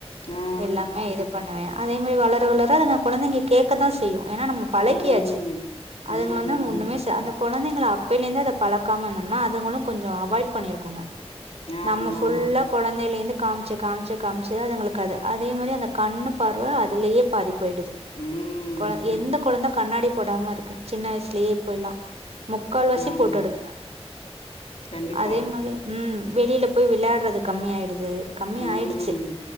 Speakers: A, on the left (about 65°); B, on the right (about 75°).
A: ஆ
B: எல்லாமே இது பண்ணுவே அதேமாரி வளர வளர அதுங்க கொழந்தைங்க கேட்கதா செய்யு ஏனா நம்ம பழக்கியாச்சு
A: ம்
B: அதுங்கல
A: ம் ம்
B: வந்து நம்ம ஒண்ணுமே செ அந்த கொழந்தைங்கல அப்பேலருந்தே அத பழக்காம இருந்தம்னா அதுங்களு கொஞ்சோ அவாய்ட் பண்ணியிருக்குங்க
A: ஆமாமா
B: நம்ம ஃபுல்லா கொழந் தெர்ல என் காமிச்சு காமிச்ச காமிச்சு அதுங்களுக்கு அது அதே மாரி அந்த கண்ணு பார்வ அதுலயே பாதிப் போய்டுது
A: ம்
B: கொழ எந்த கொழந்த கண்ணாடி போடாம இருக்கு சின்ன வயசுலயே இப்போல்லா முக்கால்வாசி
A: ஆமா
B: போட்டுடுதுங்க
A: கண்டிப்பா
B: அதே மாரி உம் வெளில போய் விளையாடுறது கம்மியாயிடுது கம்மியா
A: ம்
B: ஆயிடுச்சு